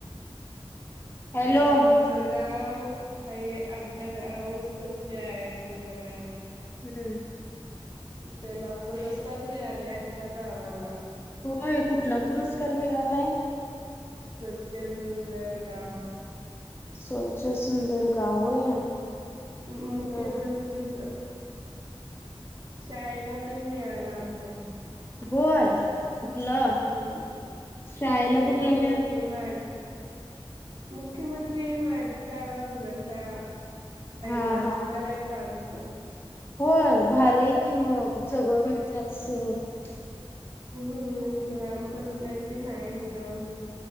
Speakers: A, on the right; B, on the left.
A: ह
B: हॅलो
A: आमच गा गाव हा आमच गाव स्वच्छ आहे, सुंदर आहे.
B: हम्म.
A: त्याला पुरस्कार मिळाले आमच्या गावाला.
B: होय कुठला पुरस्कार मिळालाय?
A: स्वच्छ सुंदर गाव.
B: स्वच्छ सुंदर गाव होय
A: मुख्यमंत्रीच
B: हा.
A: शाळेला पिण मिळाला आमच्या.
B: होय. कुठलं?
A: हम्म
B: शाळेला
A: मुख्यमंत्री
B: कुठला मिळाला?
A: माॅच मुख्यमंत्री माझी शाळा सुंदर शाळा. पहिला
B: हा
A: नंबर
B: हा
A: आहे चालू.
B: होय भारी आहे की मग सगळं <unintelligible>
A: हम्म ग्राम पंचायती नाय इथं.